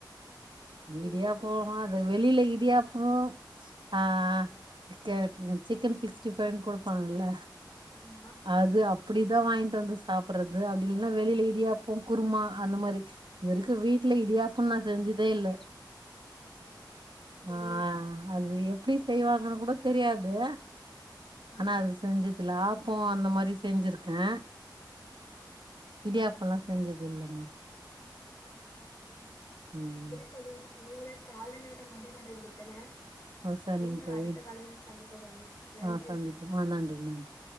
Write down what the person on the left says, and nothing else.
எங்கிட்ட சேனல்
ஆமா
இல்ல தோழி
ஆ
ஆ
<unintelligible>
செரி தோழி உங்களுடட கால நேரம் முடிவடைந்திட்டன
மீண்டு
அடுத்த காலையில் சந்திப்போம் தோழி நன்றி